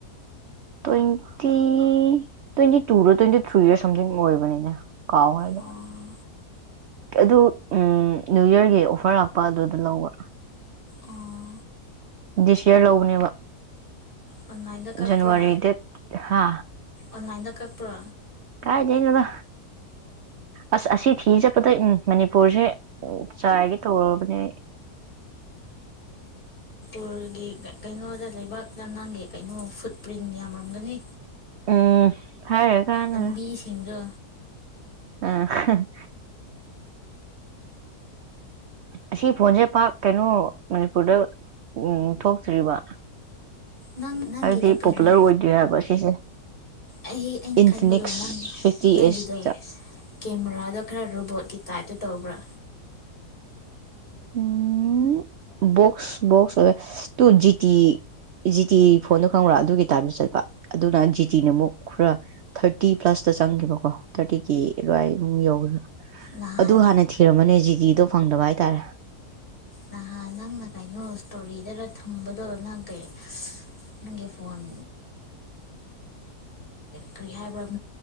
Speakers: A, on the right (about 75°); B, on the left (about 30°).
A: ꯇ꯭ꯋꯦꯟꯇꯤ ꯇ꯭ꯋꯦꯟꯇꯤ ꯇꯨꯗ ꯇ꯭ꯋꯦꯟꯇꯤ ꯊ꯭ꯔꯤꯗ ꯁꯝꯊꯤꯡ ꯑꯣꯏꯕꯅꯤꯅꯦ ꯀꯥꯎ ꯍꯥꯏꯅ
B: ꯑꯣ
A: ꯑꯗꯨ ꯎ ꯅ꯭ꯌꯨ ꯌꯔꯒꯤ ꯑꯣꯐꯔ ꯂꯥꯛꯄ ꯑꯗꯨꯗ ꯂꯧꯕ
B: ꯑꯣ
A: ꯗꯤꯁ ꯌꯔ ꯂꯧꯕꯅꯦꯕ
B: ꯑꯣꯟꯂꯥꯏꯟꯗ ꯀꯛꯄ꯭ꯔꯥ
A: ꯖꯅꯋꯥꯔꯤ ꯗꯦꯠ ꯍꯥ
B: ꯑꯣꯟꯂꯥꯏꯟꯗ ꯀꯛꯄ꯭ꯔꯣ
A: ꯀꯥꯏꯗꯩꯅꯣꯗ ꯑꯁ ꯑꯁꯤ ꯊꯤ ꯆꯠꯄꯗ ꯎꯝ ꯃꯅꯤꯄꯨꯔꯁꯦ ꯆꯥꯏꯒꯤ ꯇꯧꯔꯕꯅꯦ
B: ꯃꯅꯤꯄꯨꯔꯒꯤ ꯀꯩꯅꯣꯗ ꯂꯩꯕꯥꯛꯇ ꯅꯪꯒꯤ ꯀꯩꯅꯣ ꯐꯨꯠ ꯄ꯭ꯔꯤꯟ ꯌꯥꯝꯔꯝꯒꯅꯤ
A: ꯎꯝ ꯍꯥꯏꯌꯦ ꯀꯅꯒ
B: ꯂꯝꯕꯤꯁꯤꯡꯗꯣ
A: ꯑ ꯑꯁꯤ ꯐꯣꯟꯁꯦ ꯄꯥꯛ ꯀꯩꯅꯣ ꯃꯅꯤꯄꯨꯔꯗ ꯎꯝ ꯊꯣꯛꯇ꯭ꯔꯤꯕ
B: ꯅꯪ ꯅꯪꯒꯤꯗ
A: ꯍꯥꯏꯕꯗꯤ
B: ꯀꯩꯅꯣ
A: ꯄꯣꯄꯨꯂꯔ ꯑꯣꯏꯗ꯭ꯔꯤ ꯍꯥꯏꯕ ꯁꯤꯁꯦ
B: ꯑꯩ ꯑꯩꯅ
A: ꯏꯟꯐꯤꯅꯤꯛꯁ
B: ꯈꯟꯕꯗꯣ ꯅꯪ
A: ꯐꯤꯐꯇꯤ
B: ꯅꯪꯒꯤꯗꯣ
A: ꯑꯦꯁꯇ
B: ꯀꯦꯃꯦꯔꯥꯗ ꯈꯔ ꯔꯣꯕꯣꯠꯀꯤ ꯇꯥꯏꯞꯇ ꯇꯧꯕ꯭ꯔꯥ
A: ꯎꯝ ꯕꯣꯛꯁ ꯕꯣꯛꯁ ꯑꯣꯏ ꯇꯨ ꯖꯤꯇꯤ ꯖꯤꯇꯤ ꯐꯣꯟꯗꯣ ꯈꯪꯕ꯭ꯔꯥ ꯑꯗꯨꯒꯤ ꯇꯥꯏꯞꯇ ꯆꯠꯄ ꯑꯗꯨꯅ ꯖꯤꯇꯤꯅ ꯑꯃꯨꯛ ꯈꯔ ꯊꯥꯔꯇꯤ ꯄ꯭ꯂꯁꯇ ꯆꯪꯈꯤꯕꯀꯣ ꯊꯥꯔꯇꯤ ꯀ ꯂꯃꯨꯛ ꯌꯧ
B: ꯅꯍꯥꯟ
A: ꯑꯗꯨ ꯍꯥꯟꯅ ꯊꯤꯔꯝꯃꯅꯦ ꯍꯧꯖꯤꯗꯤ ꯑꯗꯨ ꯐꯪꯗꯕ ꯍꯥꯏꯇꯥꯔꯦ
B: ꯅꯍꯥꯟ ꯅꯪꯅ ꯀꯩꯅꯣ ꯏꯁꯇꯣꯔꯤꯗ ꯊꯝꯕꯗꯣ ꯅꯪ ꯀꯩ ꯅꯪꯒꯤ ꯐꯣꯟ ꯀꯔꯤ ꯍꯥꯏꯕ꯭ꯔ